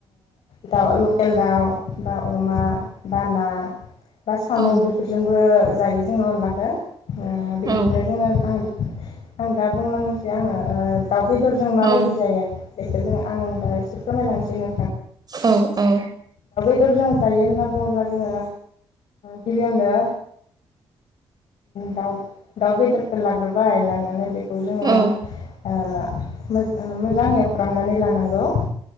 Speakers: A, on the left (about 80°); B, on the right (about 40°).
A: दाउ, लकेल दाउ, बा अमा, बा ना बा साम'
B: औ
A: बेफोरजोंबो जायो जोङो अनलाखौ। अ बेनिफ्राय
B: औ
A: जोङो आं आं दा बुंनांगौसे आङो दाउ बेदरजों माबायदि
B: औ
A: जायो? बेखौ जों आं दा एसे फोरमायलांसैनो
B: औ -औ।
A: बेदरजों जायो होनना बुङोब्ला जोङो ओ गिबियावनो ओ दउ दाउ बेदरफोर लाग्रोबाय लानानै बेखौ खौ जोङो
B: औ
A: अ मो-मोजांयै एवख्रामनानै लाना गौ अ